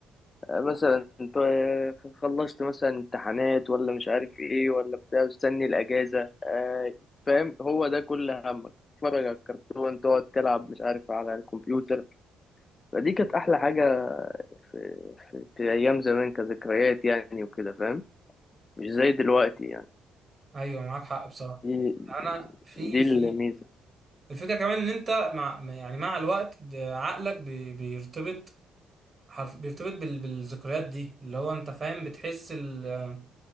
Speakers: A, on the left (about 35°); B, on the right (about 40°).
A: مثلا انت خلصت مثلا امتحانات ولا مش عارف ايه ولا بتاع مستني الاجازه آه، فاهم هو ده كل همك تتفرج على الكرتون تقعد تلعب مش عارف على الكمبيوتر فدي كانت احلى حاجه في, في, في ايام زمان كذكريات يعني وكده فاهم مش زي دلوقتي
B: ايوه معاك حق بصراحه
A: يعني
B: انا في
A: دي الميزة
B: في الفكره كمان ان انت مع يعني مع الوقت ده عقلك بي- بيرتبط حرف بيرتبط بال- بالذكريات دي اللي هو انت فاهم بتحس ال...